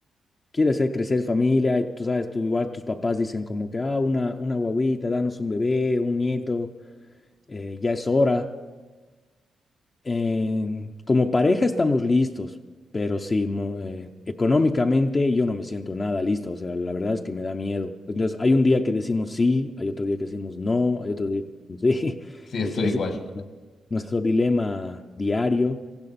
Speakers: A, on the left; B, on the left.
A: quiere hacer crecer familia, y tú sabes, tú igual tus papás dicen como que, ah, una, una guaguita, danos un bebé, un nieto, eh, ya es hora. En- como pareja estamos listos, pero sí, mo- eh, económicamente yo no me siento nada listo, o sea, la verdad es que me da miedo. Entonces, hay un día que decimos sí, hay otro día que decimos no, hay otro día que decimos sí, <laughs>
B: Sí,
A: Es-
B: estoy
A: ese
B: igual.
A: es nuestro, nuestro dilema diario.